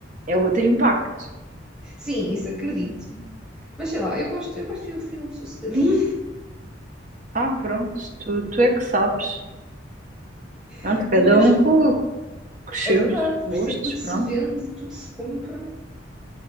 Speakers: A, on the right (about 40°); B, in the centre.
A: é outro impacto.
B: Sim, isso acredito. Mas sei lá, eu gosto, eu gosto de ver o filme sossegadinho,
A: Ah, pronto, tu, tu é que sabes. Pronto,
B: <laughs>
A: cada
B: mas
A: um com, com os seus
B: é verdade, por
A: gostos,
B: isso é que tudo se
A: pronto.
B: vende, tudo se compra,